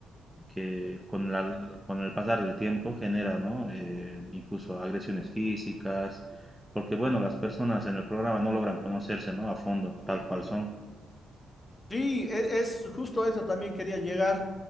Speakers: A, in the centre; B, on the left (about 15°).
A: que con, la, con el pasar del tiempo genera, ¿no? Eh, incluso agresiones físicas, porque bueno, las personas en el programa no logran conocerse, ¿no? A fondo, tal cual son.
B: Sí, e- es justo a eso también quería llegar.